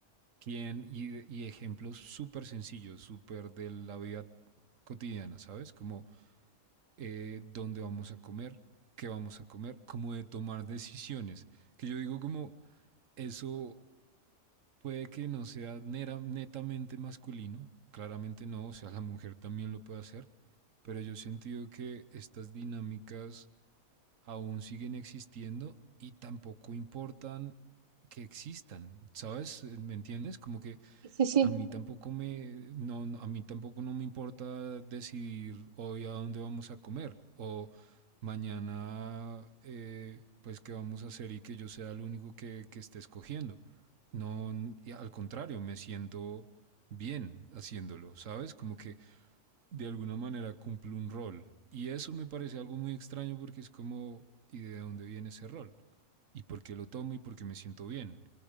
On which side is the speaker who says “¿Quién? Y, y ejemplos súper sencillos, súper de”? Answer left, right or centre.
Right